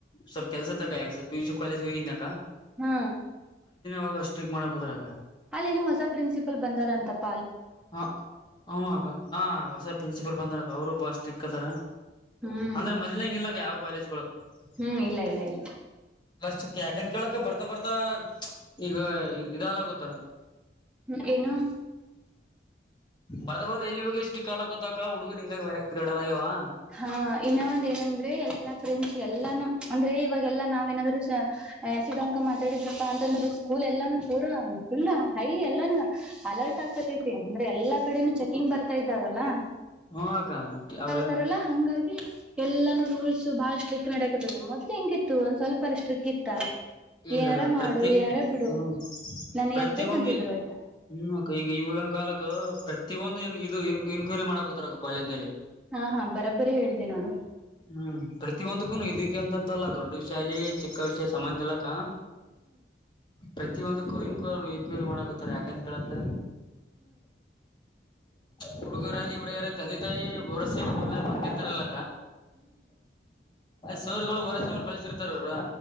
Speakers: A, on the left; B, in the centre.
A: ಸ್ವಲ್ ಕೆಲಸ ತ ಪಿ ಯುಸಿ ಕಾಲೇಜ್ ಹೇಗಿದಿನಾ
B: ಹ್ಮ
A: ಹಾಗ ಸಿಕ್ ಮಾಡಕ ಹದ್ರಾಗ
B: ಅಲ್ಲಿನು ಹೊಸ ಪ್ರಿನ್ಸಿಪಲ್ ಬಂದಾರಂತಪ್ಪ
A: ಹ ಹಗ ಹ ಹೊಸ ಪ್ರಿನ್ಸಿಪಾಲ್ ಬಂದಾರಕ್ಕ ಅವರು ಬ ಅಷ್ಟ ಚಿಕ್ಕ ದರ
B: ಹ್ಮ್
A: ಅಂದ್ರೆ ಮೊದ್ಲಂಗ ಇಲ್ಲಕ ಯಾವ ಕಾಲೇಜ್ಗಳುಸ್
B: ಹ್ಮ್ ಇಲ್ಲ ಇಲ್ಲ ಇಲ್ಲ
A: ಯಾಕಂತ ಕೇಳಕ ಬರ್ತ ಬರ್ತಾ ಬರ್ತಾ ಈಗ ಇದಲ್ಲಗತ್ತಲ್ಲ
B: ಹ್ಮ ಏನು
A: ಬರ್ದ ಬಾರ ಎಲ್ಲಿ ಇವಾಗ ಎಷ್ಟು ಕಾಲಕೂತಕ ಹುಡುಗರು ಹಂಗ ಬೇ ಕಡಲ್ಲಯವಾ
B: ಹಾ ಇನ್ನ ಒಂದ ಏನಂದ್ರೆ ಎಲ್ಲಾ ್ರೆಂಡ್ಸ್ ಎಲ್ಲಾನು ಅಂದ್ರೆ ಇವಾಗೆಲ್ಲಾ ನಾವ ಏನಾದ್ರು ಆಸಿಡ್ ಅಂಕ ಮಾತಾಡಿದ್ರಪ್ಪಾ ಅಂತಂದ್ರರು ಸ್ಕೂಲ್ ಎಲ್ಲಾನು ಪೂರ ಫುಲ್ ಹೈ ಎಲ್ಲಾನು ಅಲರ್ಟ್ ಆಗ್ಕತೈತಿ ಅಂದ್ರೆ ಎಲ್ಲ ಕಡೆೆಯೂ ಚೆಿಂಗ್ ಬರ್ತಾದೆ ಇದಾವಲ್ಲ
A: ಹ್ಮಕ ಅವ್ರ
B: ತರಲ್ಲ ಹಂಗಾಗಿ ಎಲ್ಲಾನೂ ರೂಲ್ಸ್ ಬಹಳ ಸ್ಟ್ರಿಕ್ ನಡಕತ್ತದ ಮೊದ್ಲು ಹೆಂಗಿತ್ತು ಒಂದ್ ಸ್ವಲ್ಪ ಸ್ಟ್ರಿಕ್ ಇತ್ತ.
A: ಇಲ್ಲಲ್ಲ
B: ಏನಾರ ಮಾಡು
A: ಪ್ರತಿ
B: ಏನಾರ ಬಿಡು
A: ಹ್ಮ
B: ನನ್
A: ಪ್ರತಿೊಂದು
B: ಯಾಕ್ ಬೇಕಂತಿದ್ರು
A: ಹ್ಮ ಈಗ ಇವಿನ ಕಾಲಕ್ಕ ಪ್ರ ಒಂದು ಏನ್ ಇದುನ್ ಇನ್ಕ್ವೈರಿ ಮಾಡಕೊತರ ಕಾಲೇ್ನಲ್ಲಿ
B: ಹಾ ಹಾ ಬರಬ್ಬರಿ ಹೇಳ್ದಿ ನೋಡು
A: ಹ್ಮ್ ಪ್ರತಿಯೊಂದಕ್ಕೂನು ಇದಕ್ಕೆ ಅಂತಂತಲ್ಲ ದೊಡ್ಡ ವಿ ಶಾಲಿ ಚಿಕ್ಕ ವಿಷ ಸಮಾಮಂಜಲ ಕ ಪ್ರತಿಯೊಂದಕ್ಕೂ ಇನ್ವ ಇನ್ಕ್ವೈರಿ ಮಾಡುತ್ತೆ <inaudible> ಅಂತ ಹೇಳುತ್ತ ಹುಡುಗರಲ್ಲಿ ಹುಡುಿಯರ ತಂದೆ ತಾಯಿ ವರ್ಷೆ ಬಂದಿರ್ತರಲ್ಲ ಸರ್ಗಳು ಹೊರ ಸರ್ ಕ ತಿತರು ಹ